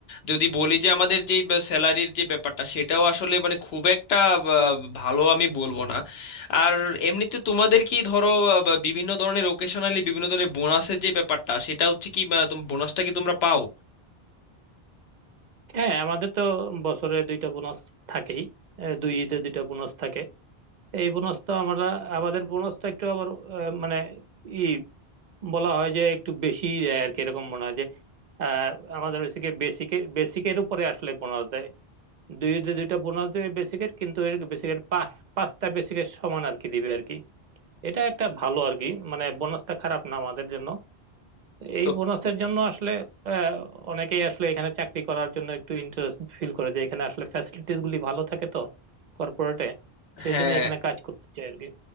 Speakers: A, on the left (about 75°); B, on the right (about 55°).
A: যদি বলি যে আমাদের যে স্যালারির যে ব্যাপারটা সেটাও আসলে মানে খুব একটা বা, ভালো আমি বলবো না আর এমনিতে তোমাদের কি ধরো বা, বিভিন্ন ধরনের ওকেশনালি বিভিন্ন ধরনের বোনাসের যে ব্যাপারটা সেটা হচ্ছে কি বা, তোম- বোনাসটা কি তোমরা পাও
B: হ্যাঁ আমাদের তো বছরে দুইটা বোনাস থাকেই আহ, দুই ঈদে দুইটা বোনাস থাকে এই বোনস তো আমরা আমাদের বোনস তো একটু আবার আহ, মানে ই বলা হয় যে একটু বেশি দেয় আর কি এরকম মনে হয় যে আহ, আমাদের ওইদিকে বেসিকে বেসিকের উপরে আসলে বোনাস দেয় দুই যে দুইটা বোনাস দেবে বেসিকের কিন্তু বেসিকের পাঁচ পাঁচটা বেসিকের সমান আর কি দিবে আর কি এটা একটা ভালো আর কি মানে বোনাসটা খারাপ না আমাদের জন্য এই
A: তো
B: বোনাসের জন্য আসলে আহ, অনেকেই আসলে এখানে চাকরি করার জন্য একটু ইন্টারেস্ট ফিল করে যে এখানে আসলে ফ্যাসিলিটিস গুলি ভালো থাকে তো কর্পোরেটে সেই
A: হ্যাঁ
B: জন্য এখানে কাজ করতে চায় আর কি